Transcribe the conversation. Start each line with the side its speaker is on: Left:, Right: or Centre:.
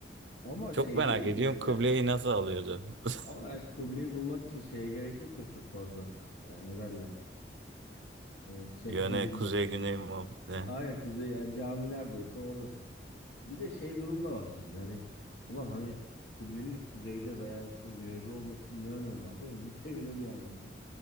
Left: Ama
Right: Çok
Left: şey
Right: merak
Left: değil mi
Right: ediyorum
Left: demek
Right: kıbleyi
Left: ya?
Right: nasıl alıyordu? <laughs>
Left: Ama yani kıbleyi bulmak için şeye gerek yok ya çok fazla. Ee, ne derler? Ee, şey
Right: Yöne
Left: <laughs> durumda.
Right: kuzey güney muhabbetine.
Left: Aynen kuzey yani cami neredeyse oradasın. Bir de şey durumda var şimdi hani ulan hani kıblenin kuzeyde veya işte güneyde olmasının ne önemi var değil mi? <laughs> Git evine bir an önce.